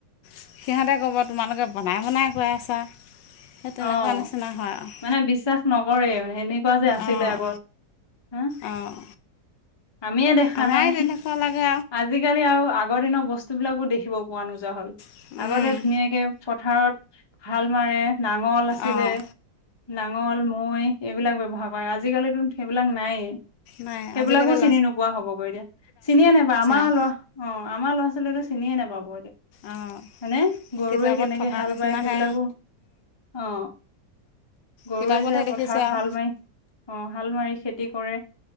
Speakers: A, on the left (about 80°); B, on the left (about 20°).
A: সিহঁতে ক'ব তোমালোকে বনাই বনাই কৈ আছা। সেই তেনেকুৱা
B: অ',
A: নিচিনা হয় আৰু
B: মানে বিশ্বাস নকৰে সেনেকুৱা যে আছিলে
A: অঁ
B: আগৰ, হা
A: অঁ
B: আমিয়ে দেখা
A: আমাৰে
B: নাই,
A: তেনেকুৱা লাগে
B: আজিকালি আৰু আগৰ দিনৰ বস্তুবিলাকো দেখিব পোৱা নোযোৱা হ'ল।
A: আৰু
B: আগতে ধুনীয়াকে পথাৰত হাল মাৰে। নাঙল আছিলে,
A: অঁ
B: নাঙল, মৈ। এইবিলাক ব্যৱহাৰ কৰে, আজিকালিতো সেইবিলাক নায়েই।
A: নাই
B: সেইবিলাকো
A: আজি কেইডাল
B: চিনি নোপোৱা হ'ব গৈ এতিয়া, চিনিয়ে নাপা আমাৰ
A: আৰু
B: লৰা অ আমাৰ ল'ৰা ছোৱালীয়ে চিনিয়ে নাপাব।
A: অঁ
B: মানে গৰুৱে
A: কিতাপত
B: কেনেকে
A: থকা
B: হাল
A: নিচিনাহে
B: বাই, সেইবিলাকো অ গৰুৱে
A: কিতাপতহে
B: যে পথাৰত
A: দেখিছে আৰু
B: হাল মাৰি, অ হাল মাৰি খেতি কৰে।